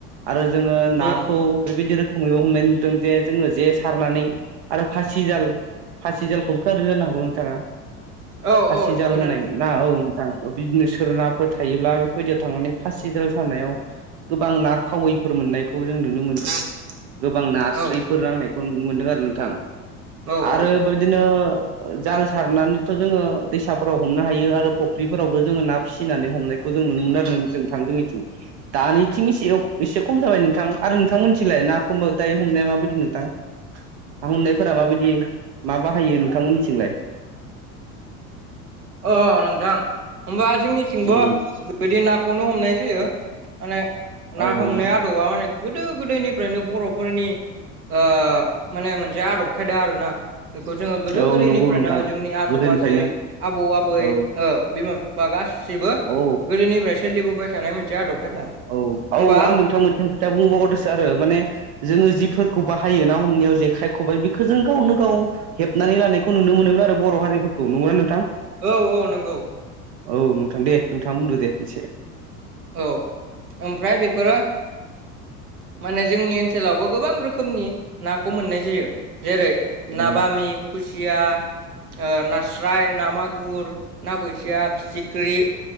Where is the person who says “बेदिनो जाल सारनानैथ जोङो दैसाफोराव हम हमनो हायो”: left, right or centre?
Right